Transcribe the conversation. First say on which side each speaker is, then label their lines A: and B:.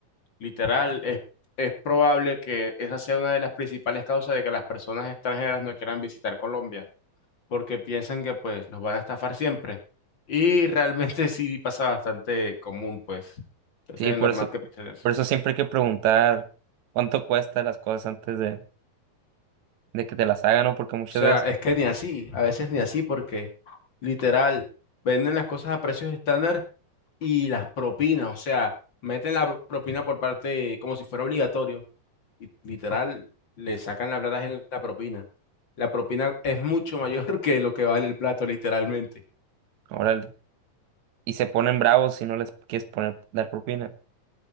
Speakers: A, on the left (about 40°); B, on the right (about 65°).
A: Literal, es, es probable que esa sea una de las principales causas de que las personas extranjeras no quieran visitar Colombia, porque piensan que pues los van a estafar siempre. Y realmente <laughs> sí pasa bastante común, pues. Entonces
B: sí, por
A: es normal
B: eso,
A: que piensen eso.
B: por eso siempre hay que preguntar cuánto cuesta las cosas antes de, de que te las hagan, ¿no? Porque muchas
A: O sea,
B: veces,
A: es que ni así, a veces ni así porque literal, venden las cosas a precios estándar y las propinas, o sea, meten la propina por parte, como si fuera obligatorio, y literal, le sacan la plata en la propina. La propina es mucho mayor <laughs> que lo que vale el plato, literalmente.
B: órale, y se ponen bravos si no les quieres poner, dar propina.